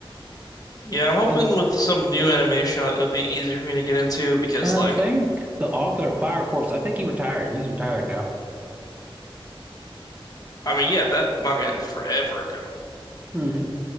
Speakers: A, on the left (about 40°); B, on the right (about 15°).
A: Yeah, I'm hoping
B: And
A: with some new animation, it'll be easier for me to get into because,
B: And I
A: like,
B: think the author of Fire Force, I think he retired. He's retired now.
A: I mean, yeah, that manga ended forever ago,
B: hmm